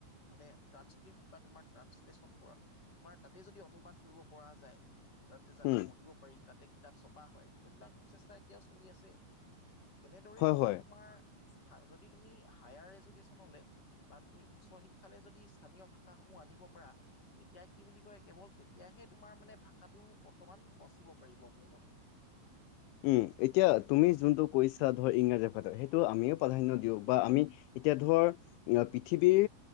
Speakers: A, on the left (about 20°); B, on the left (about 80°).
A: মানে ট্ৰান্সক্ৰিপট বা তোমাৰ ট্ৰানঞ্চলেচন কৰা তোমাৰ তাতে যদি অনুবাদ কৰিব পৰা যায় তাতে যাতে
B: হুম,
A: পঢ়িব পাৰি তাতে কিতাপ চপ পা হয় সেইবিলাক প্ৰচেষ্টা এতিয়াও চলি আছে তেনেদৰেই
B: হয়,
A: মানে
B: হয়।
A: তোমাৰ যদি তুমি হায়াৰ এডুকেশ্যনলে বা তুমি উচ্চ শিক্ষালৈ যদি স্থানীয় ভাষাসমূহ আনিব পাৰা এতিয়া কি বুলি কয় কেৱল তেতিয়াহে তোমাৰ মানে ভাষাটো বৰ্তমান বচিব পাৰিব মোৰ মতে।
B: উম, এতিয়া তুমি যোনটো কৈছা ধৰ ইংৰাজী ভাষাটো সেইটো আমিও প্ৰাধান্য
A: উম,
B: দিওঁ বা আমি এতিয়া ধৰ <unintelligible> পৃথিৱীৰ